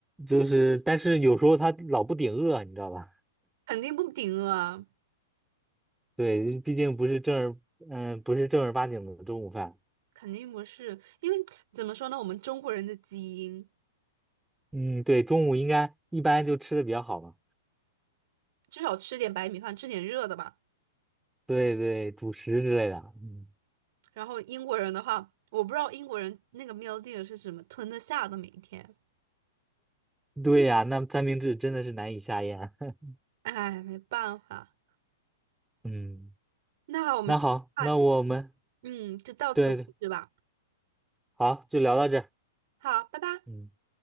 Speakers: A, in the centre; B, on the right.
A: 就是，但是有时候他老不顶饿，你知道吧？
B: 肯定不顶饿啊，
A: 对，毕竟不是正儿，嗯，不是正儿八经的中午饭。
B: 肯定不是，因为怎么说呢，我们中国人的基因
A: 嗯，对，中午应该一般就吃的比较好嘛。
B: 至少吃点白米饭，吃点热的吧。
A: 对对，主食之类的。嗯，
B: 然后英国人的话，我不知道英国人那个 meal deal 是怎么吞得下的，每一天。
A: 对呀，那三明治真的是难以下咽。<laughs>
B: 哎，没办法。
A: 嗯，
B: 那我们。
A: 那好，
B: 今天
A: 那我们
B: 嗯，就到此为止吧。
A: 对，对，好，就聊到这儿
B: 好，拜拜。
A: 嗯，